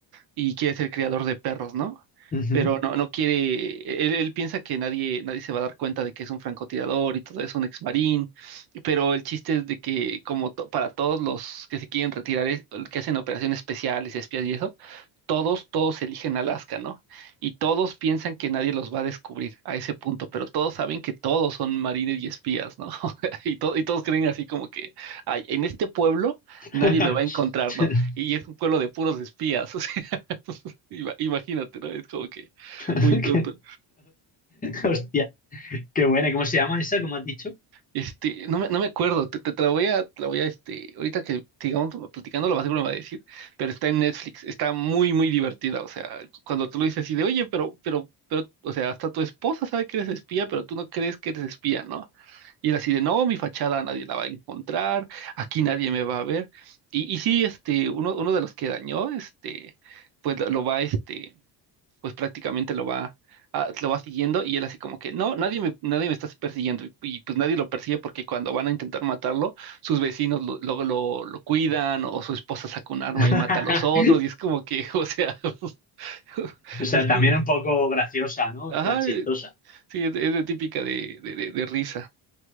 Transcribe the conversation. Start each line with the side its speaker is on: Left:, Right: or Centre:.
Right: y quiere ser criador de perros, ¿no?
Left: Ujú.
Right: Pero no, no quiere, él, él piensa que nadie, nadie se va a dar cuenta de que es un francotirador y todo es un ex marín, pero el chiste es de que como to- para todos los que se quieren retirar, es- que hacen operaciones especiales, espías y eso, todos, todos eligen Alaska, ¿no? Y todos piensan que nadie los va a descubrir a ese punto, pero todos saben que todos son marines y espías, ¿no? <laughs> Y, to- y todos creen así como que, ay, en este pueblo
Left: <laughs>
Right: nadie me va a encontrar, ¿no? Y es un pueblo de puros espías. <laughs> <laughs> Ima- Imagínate, ¿no? Es como que
Left: <laughs>
Right: muy tonto.
Left: Hostia, qué buena. ¿Cómo se llama esa? ¿Cómo has dicho?
Right: Este, no me, no me acuerdo, te, te- te la voy a, te la voy a, este, ahorita que sigamos platicando, lo más seguro me va a decir, pero está en Netflix, está muy, muy divertida, o sea, cuando tú lo dices así de, oye, pero, pero, pero, o sea, hasta tu esposa sabe que eres espía, pero tú no crees que eres espía, ¿no? Y él así de, no, mi fachada nadie la va a encontrar, aquí nadie me va a ver. Y, y sí, este, uno, uno de los que dañó, este, pues lo va, este pues prácticamente lo va, ah, lo va siguiendo y él así como que, no, nadie me, nadie me está persiguiendo y, y, pues nadie lo persigue porque cuando van a intentar matarlo, sus vecinos lo- luego lo, lo cuidan o su esposa saca un arma
Left: <laughs>
Right: y mata a los otros y es como que, <laughs> o sea, <laughs>
Left: O sea,
Right: es como,
Left: también un poco graciosa, ¿no?
Right: ajá,
Left: En plan chistosa.
Right: eh, sí, es, es de típica de, de, de- de risa,